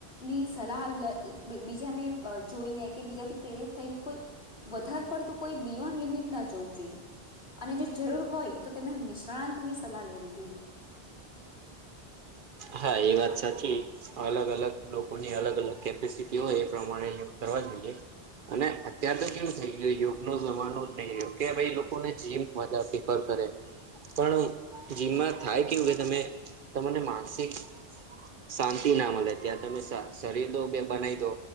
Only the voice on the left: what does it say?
ની સલાહ, બીજાને જોઈને કે બીજાથી પ્રેરિત થઈને કોઈ વધારે પડતું કોઈ બિયોન લિમિટ ના જવું જોઈએ. અને જો જરૂર હોય તો, તેમને નિષ્ણાંતની સલાહ લેવી જોઈએ.